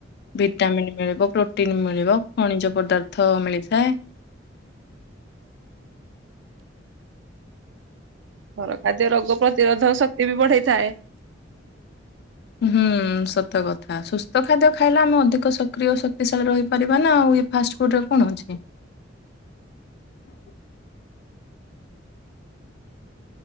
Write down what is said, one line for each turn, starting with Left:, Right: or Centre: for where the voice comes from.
Left: ଭିଟାମିନ୍ ମିଳିବ ପ୍ରୋଟିନ ମିଳିବ ଖଣିଜ ପଦାର୍ଥ ମିଳିଥାଏ।
Right: ଘର ଖାଦ୍ୟ ରୋଗ ପ୍ରତିରୋଧକ ଶକ୍ତି ବି ବଢେଇଥାଏ।
Left: ହୁଁ ସତ କଥା ସୁସ୍ଥ ଖାଦ୍ୟ ଖାଇଲେ ଆମେ ଅଧିକ ସକ୍ରିୟ ଶକ୍ତିଶାଳୀ ରହିପାରିବା ନା ଆଉ ଫାଷ୍ଟ ଫୁଡ ରେ କଣ ଅଛି।